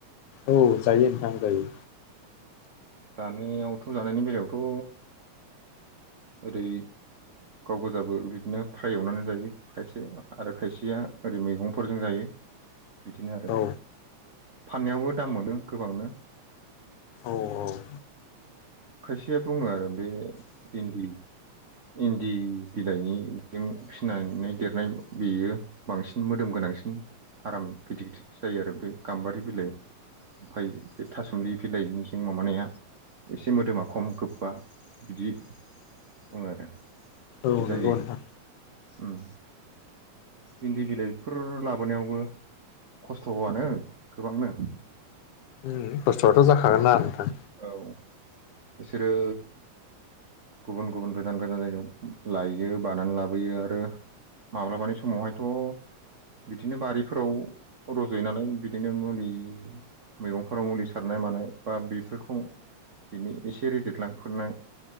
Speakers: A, on the left; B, on the right.
A: औ जायो नोंथां जायो।
B: जानियावथ' जानायनि बेलायावथ' ओरै गाव गोजाबो बिदिनो फ्राय एवनानै जायो‌। खायसे आरो खायसेया ओरै मैगंफोरजों जायो बिदिनो आरो।
A: औ
B: फाननायावबो दाम मोनो गोबांनो।
A: औ औ।
B: खायसेया बुंङो आरो बे इन्दि इन्दि बिलाइनिजों फिनानै देरनाय बेयो बांसिन मोदोम गोनांसिन आराम गिदिर गिदिर जायो आरो बे गाम्बारि बिलाइ ओमफाय बे थासुमलि बिलाइनिजों माबानाया एसे मोदोमा खम गोबबा बिदि बुंङो आरो। बिदि
A: औ
B: जायो
A: नंगौ नोंथां
B: ओम। इन्दि बिलाइफोर लाबोनायावबो खस्थ'आनो गोबांनो।
A: ओम खस्थ'आथ' जाखागोनना नोंथां।
B: औ इसोरो गुबुन गुबुन गोजान गोजान जायगायाव लायो बानानै लाबोयो आरो माब्लाबानि समावहायथ' बिदिनो बारिफोराव रज'यो नालाय बिदिनो मुलि मैगंफोराव मुलि सारनाय मानाय बा बेफोरखौ बिनि एसे रेजेदलांफोरनाय।